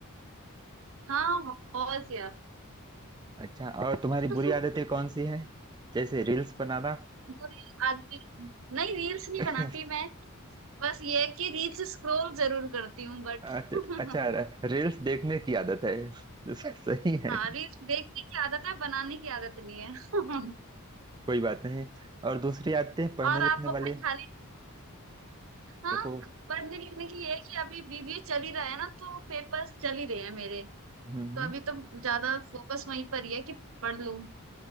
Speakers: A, on the right; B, on the right.
A: हाँ और क्या
B: अच्छा और तुम्हारी
A: <laughs>
B: बुरी आदतें कौन सी हैं जैसे रील्स बनाना
A: बुरी आदमी नहीं रील्स नहीं
B: <laughs>
A: बनाती मैं बस ये है कि रील्स स्क्रॉल जरूर करती हूँ बट
B: अच्छा
A: <laughs>
B: अच्छा, रील्स देखने की आदत है <laughs> सही है
A: हाँ रील्स देखने की आदत है बनाने की आदत नहीं है <laughs>
B: कोई बात नहीं और दूसरी आदतें पढ़ने
A: और
B: लिखने
A: आप अपने
B: वाले
A: खाली हाँ
B: देखो
A: पढ़ने लिखने की ये है कि अभी बीबीए चल ही रहा है ना तो पेपर्स चल ही रहे हैं मेरे
B: हम्म
A: तो
B: हम्म
A: अभी तो ज्यादा फोकस वहीं पर ही है कि पढ़ लूँ